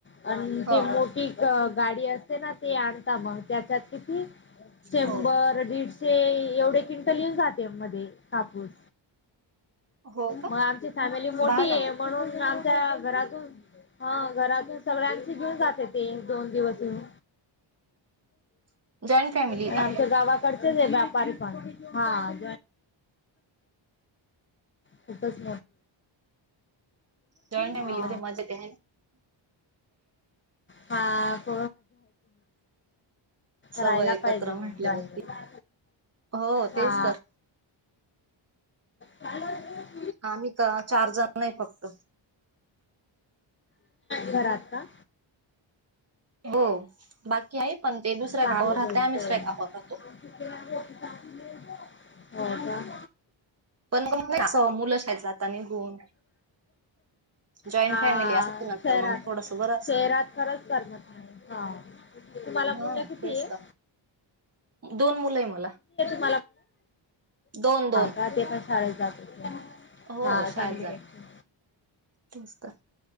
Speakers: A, on the left; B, on the right.
A: आणि ते
B: हो
A: मोठी अ गाडी असते ना, ते आणता मग, त्याच्यात किती शंभर,
B: हो हो
A: दीडशे. एवढे किंटल येउ जाते म्हणे, कापूस.
B: हो का
A: मग आमच फॅमिली मोठी
B: बाहा ना
A: आहे म्हणून. घरातून, हा घरातून सगळ्यांशी घेऊन जाते ते, दोन दिवस येऊन.
B: मग जॉईंट फॅमिली
A: आणि
B: का
A: आमच्या गावाकड <inaudible> व्यापारी पा हा <inaudible> खूपच
B: जॉईंट फॅमिली
A: <unintelligible> हा.
B: मध्ये मजा येते आहे ना
A: हा. <inaudible>
B: सर्व
A: राहिला
B: एकत्र
A: पाहिजे मग,
B: म्हटल्यावरती
A: जायला.
B: हो तेच
A: हा.
B: तर
A: काय <unintelligible>
B: आामी त, चार जात नाही फक्त.
A: घरात का?
B: हो. बाकी आहे, पण ते दुसऱ्या
A: चांगली
B: गावावर राहतात.
A: गोष्ट
B: आणि आम्ही
A: आहे
B: दुसऱ्या गावावर राहतो.
A: <inaudible> हो का?
B: पण मग <unintelligible> मुलं शाळेत जातात. निघून. जॉईंट
A: हा
B: फॅमिली असच. नंतर
A: शहरात
B: मग थोडस बरं असतं.
A: शहरात खरंच हा. मग तुम्हाला
B: हा
A: मुलं किती
B: तेच
A: आहेत?
B: तर दोन मुलं आहे मला.
A: <inaudible> हा
B: दोन दोन
A: काय त शाळेत जातो
B: हो
A: हा
B: शाळेत
A: चांगली
B: जात
A: त्यांची
B: तेच तर